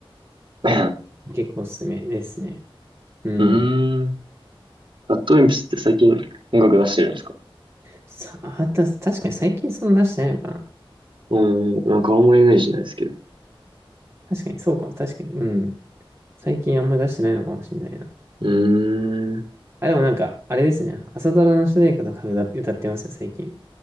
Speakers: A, on the right; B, on the right.
A: <clears throat> う
B: 結構おすすめですね。うん。
A: ーん。ラッドウィンプスって最近音楽出してるんですか
B: さあ、た、確かに最近そんな出してないのかな。
A: うーん、なんかあんまイメージないですけど。
B: 確かにそうかも。確かに。うん。最近あんまり出してないのかもしれないな。
A: うーん。
B: あ、でもなんか、あれですね。朝ドラの主題歌とか歌、歌ってますよ、最近。